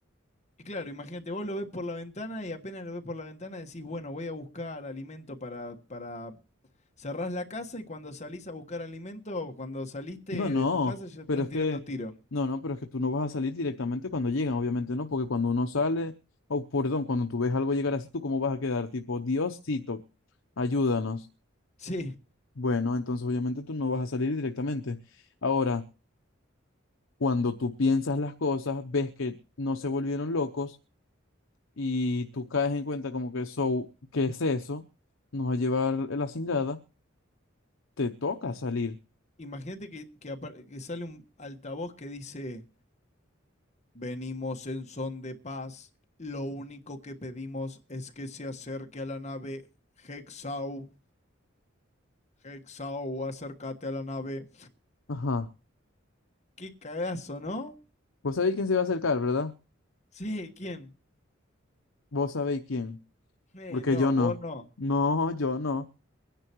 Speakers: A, on the left; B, on the left.
A: Y claro, imagínate, vos lo ves por la ventana y apenas lo ves por la ventana decís, bueno, voy a buscar alimento para, para, cerrás la casa y cuando salís a buscar alimento, cuando saliste
B: No, no,
A: de tu casa ya están
B: pero es
A: tirando
B: que,
A: tiro.
B: no, no, pero es que tú no vas a salir directamente cuando llegan, obviamente no, porque cuando uno sale, o perdón, cuando tú ves algo llegar así, ¿tú cómo vas a quedar? Tipo, Diosito, ayúdanos.
A: Sí.
B: Bueno, entonces obviamente tú no vas a salir directamente. Ahora, cuando tú piensas las cosas, ves que no se volvieron locos y tú caes en cuenta como que eso, ¿qué es eso? Nos va a llevar la cingada, te toca salir.
A: Imagínate que, que apar- que sale un altavoz que dice, Venimos en son de paz. Lo único que pedimos es que se acerque a la nave Hexau. Hexau, acércate a la nave.
B: Ajá.
A: Qué cagazo, ¿no?
B: Vos sabéis quién se va a acercar, ¿verdad?
A: Sí, ¿quién?
B: Vos sabéis quién.
A: Eh,
B: Porque
A: no,
B: yo no.
A: vos no.
B: No, yo no.